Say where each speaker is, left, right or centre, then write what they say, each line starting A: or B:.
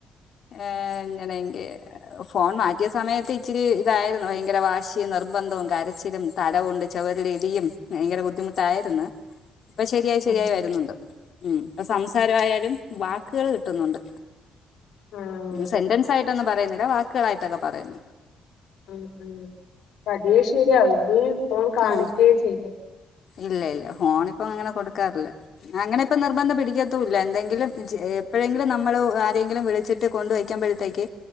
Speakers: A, on the left; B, on the left.
A: ഏഹ് ങ്ങനെ ഫോൺ മാറ്റിയ സമയത്ത് ഇച്ചിരി ഇതായിരുന്നു. ഭയങ്കര വാശിയും നിർബന്ധവും കരച്ചിലും തല കൊണ്ട് ചോവരിലിടിയും ഭയങ്കര ബുദ്ധിമുട്ടായിരുന്ന് ഇപ്പ ശരിയായി ശരിയായി
B: ഉം
A: വരുന്നുണ്ട്. ഉം പ്പ സംസാരമായാലും വാക്കുകൾ കിട്ടുന്നുണ്ട്
B: ആഹ്
A: സെന്റൻസ് ആയിട്ടൊന്നും പറയുന്നില്ല വാക്കുകളായിട്ടൊക്കെ പറയും
B: ഉം ഉം പതിയേ ശരിയാവും ഇനി ഫോൺ കാണിക്കേ
A: ആഹ്
B: ചെയ്യരുത്
A: ഇല്ല ഇല്ല ഫോണിപ്പം അങ്ങനെ കൊടുക്കാറില്ല അങ്ങനെ ഇപ്പ നിർബന്ധം പിടിക്കത്തൂല്ല എന്തെങ്കിലും എപ്പഴങ്കിലും നമ്മള് ആരെങ്കിലും വിളിച്ചിട്ട് വിളിച്ചിട്ട് കൊണ്ടുവയ്ക്കുമ്പഴത്തക്